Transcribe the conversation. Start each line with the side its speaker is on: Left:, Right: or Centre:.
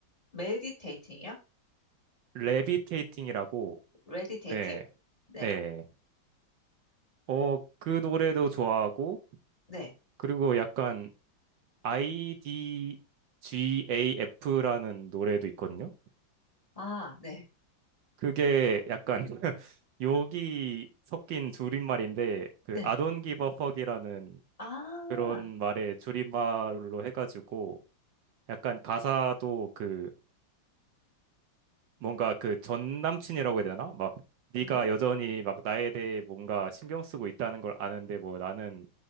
Left: 메디테이팅이요?
Right: 레비테이팅이라고,
Left: 레디테이팅?
Right: 네,
Left: 네,
Right: 네. 어, 그 노래도 좋아하고,
Left: 네.
Right: 그리고 약간 IDGAF라는 노래도 있거든요.
Left: 아, 네,
Right: 그게 약간 <laughs> 욕이 섞인 줄임말인데, 그
Left: 네.
Right: I don't give a fuck이라는
Left: 아,
Right: 그런 말의 줄임말로 해가지고, 약간 가사도 그 뭔가 그 전 남친이라고 해야 되나? 막 네가
Left: 음.
Right: 여전히 막 나에 대해 뭔가 신경 쓰고 있다는 걸 아는데 뭐 나는